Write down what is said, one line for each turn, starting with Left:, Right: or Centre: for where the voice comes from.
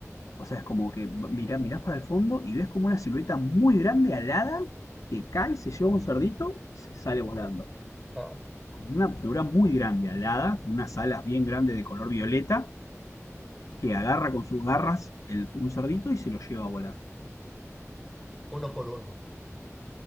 Left: o sea, es como que mirá, mirás para el fondo y ves como una silueta muy grande alada que cae, se lleva un cerdito y se sale volando.
Centre: Ah,
Left: con una figura muy grande, alada, con unas alas bien grandes de color violeta, que agarra con sus garras el- un cerdito y se lo lleva volando.
Centre: uno por uno.